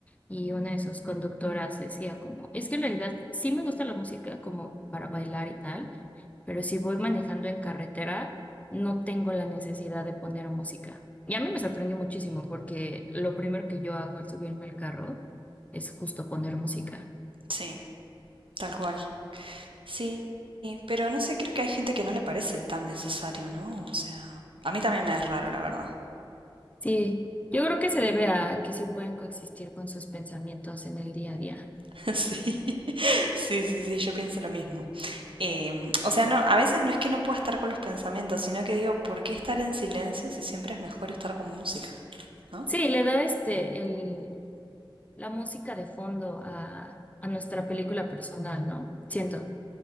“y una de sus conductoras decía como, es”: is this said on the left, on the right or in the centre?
Left